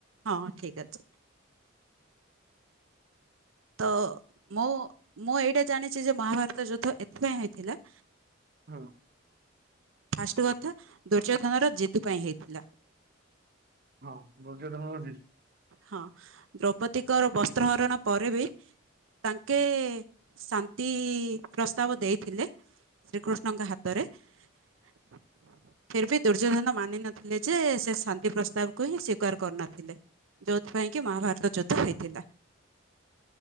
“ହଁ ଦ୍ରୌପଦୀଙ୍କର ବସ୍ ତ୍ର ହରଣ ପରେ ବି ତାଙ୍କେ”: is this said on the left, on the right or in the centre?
Right